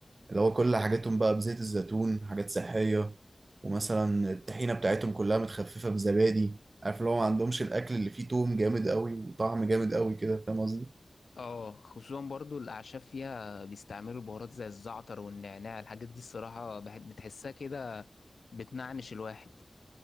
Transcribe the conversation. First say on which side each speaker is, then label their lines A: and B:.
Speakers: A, on the right; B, on the left.
A: اللي هو كل حاجاتهم بقى بزيت الزيتون حاجات صحية ومثلا الطحينة بتاعتهم كلها متخففة بزبادي عارف اللي هو ما عندهمش الاكل اللي فيه توم جامد قوي وطعم جامد قوي كده فاهم قصدي
B: اه خصوصا برضو الاعشاب فيها بيستعملوا بهارات زي الزعتر والنعناع الحاجات دي الصراحه بح- بتحسها كده بتنعنش الواحد